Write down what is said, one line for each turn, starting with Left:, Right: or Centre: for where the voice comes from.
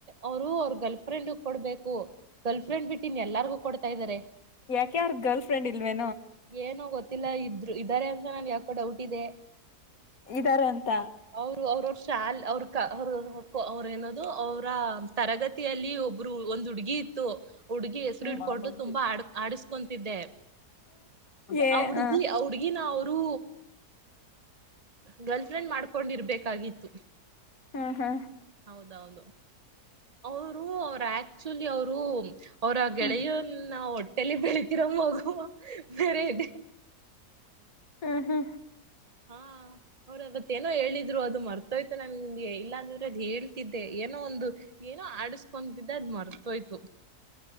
Right: ಅವ್ರು ಅವ್ರ ಗರ್ಲ್ ಫ್ರೆಂಡ್ ಕೊಡ್ಬೇಕು ಗರ್ಲ್ ಫ್ರೆಂಡ್ ಬಿಟ್ಟಿ ಇನ್ ಎಲ್ಲಾರ್ಗು. ಕೊಡ್ತಾ ಇದ್ದಾರೆ.
Left: ಯಾಕೆ ಯಾರ್ ಗರ್ಲ್ಫ್ರೆಂಡ್ ಇಲ್ವೇ
Right: ಏನು ಗೊತ್ತಿಲ್ಲ ಇ ಇದಾರೆ ಅಂತ ನ ಯಾಕೋ ಡೌಟ್ ಇದೆ
Left: ಇದಾರ ಅಂತ
Right: ಅವ್ರು ಅವ್ರು ಶಾಲ್ ಅವರು ಅವರು ಅವ್ರ ಏನದು ಅವ್ರ ತರಗತಿಯಲ್ಲಿ ಒಬ್ರು ಒಂದು ಹುಡ್ಗಿ ಇತ್ತು ಹುಡ್ಗಿ ಹೆಸರು
Left: ಹ್ಮ್
Right: ಇಡ್ಕೊಂಡು ತುಂಬಾ ಆಡ್ ಆಡಿಸ್ಕೊಂತಿದ್ದೆ
Left: ಏ
Right: ಆ ಹುಡ್ಗಿ
Left: ಹ
Right: ಆ ಹುಡ್ಗಿ ನ ಅವರು ಗರ್ಲ್ ಫ್ರೆಂಡ್ ಮಾಡ್ಕೊಂಡಿರ್ಬೇಕಾಗಿತ್ತು.
Left: ಹಾ ಹಾ
Right: ಹೌದೌದು ಅವರು ಅವರ ಆಕ್ಚುಲಿ ಅವರು ಅವರ ಗೆಳೆಯನ್ನ
Left: ಹ್ಮ್
Right: ತಲಿ ಬೆಳತಿರೋ ಮಗು ಹೋಗುವ ಬರೆ ಇದೆ
Left: ಹ್ಮ್ ಹ್ಮ
Right: ಹಾ ಅವ್ರವತ್ತೇಏನೋ ಹೇಳಿದ್ರು ಅದು ಮರ್ತೋಯ್ತು ನನ್ಗೆ ಇಲ್ಲಾಂದ್ರೆ ಅದ ಹೇಳ್ತಿದ್ದೆ ಏನೋ ಒಂದು ಏನೋ ಆಡಸ್ಕೊತಿದ್ದೆ ಅದ್ ಮರ್ತೋಯ್ತು